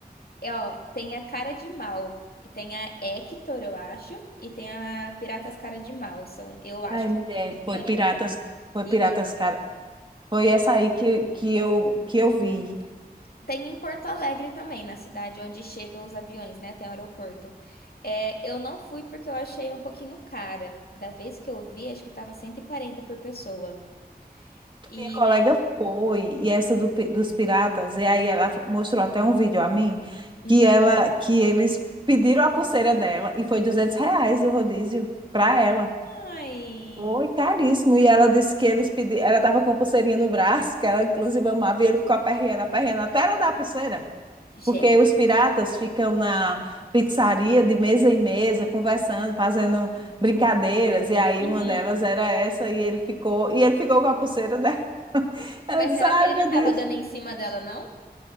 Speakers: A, on the left; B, on the right.
A: É, ó, tem a Cara de Mal, e tem a Hector, eu acho, e tem a Piratas Cara de Mal. São, eu acho
B: Ai,
A: que
B: mulher,
A: são duas pizzarias.
B: foi Piratas. Foi
A: E
B: Piratas, cara. Foi essa aí que, que eu, que eu vi.
A: tem em Porto Alegre também, na cidade onde chegam os aviões, né? Tem um aeroporto. É, eu não fui porque eu achei um pouquinho cara. Da vez que eu vi, acho que tava 140 por pessoa. E
B: Minha colega
A: é.
B: foi, e essa do pi- dos piratas, e aí ela mostrou até um vídeo a mim,
A: Uhum.
B: que ela, que eles pediram a pulseira dela, e foi 200 reais o rodízio para ela.
A: Ai!
B: Foi caríssimo, e ela disse que eles pediram, ela estava com a pulseirinha no braço, que ela inclusive amava, e ele ficou aperreando, aperreando, até ela dar a pulseira.
A: Gente.
B: Porque os piratas ficam na pizzaria de mesa em mesa, conversando, fazendo brincadeiras, e aí
A: Uhum.
B: uma delas era essa, e ele ficou, e ele ficou com a pulseira dela. <laughs> Ela
A: Mas
B: disse,
A: será
B: ai
A: que ele
B: meu
A: não tava
B: Deus.
A: dando em cima dela, não?